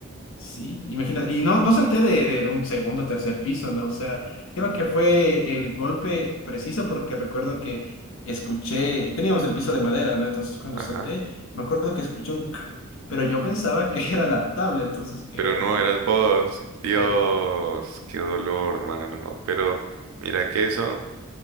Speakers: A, on the left; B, on the right.
A: Sí, imagínate. Y no, no salté de, de, de un segundo o tercer piso, ¿no? O sea, creo que fue el golpe preciso porque recuerdo que escuché, teníamos el piso de madera, ¿no? Entonces cuando
B: Ajá.
A: salté, me acuerdo que escuché un... crack, pero yo pensaba que <laughs> era la tabla, entonces creo
B: Pero no,
A: que
B: eras vos. Dios,
A: era yo.
B: qué dolor, mano. Pero mira que eso